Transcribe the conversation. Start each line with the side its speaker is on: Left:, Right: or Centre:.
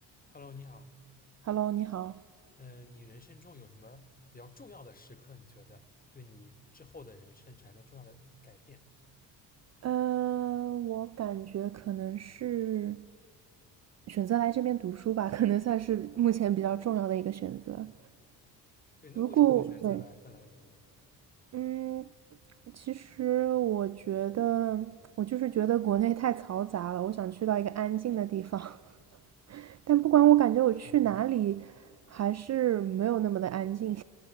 Left: Hello，你好。
Right: Hello，你好。
Left: 嗯，你人生中有什么比较重要的时刻？你觉得对你之后的人生产生重要的改变？
Right: 呃，我感觉可能是选择来这边读书吧，可能算是目前比较重要的一个选择。
Left: 嗯，对。那为什么会选择来芬兰读呢？
Right: 如果对，嗯，其实我觉得我就是觉得国内太嘈杂了，我想去到一个安静的地方。<laughs> 但不管我感觉我去哪里，还是没有那么的安静。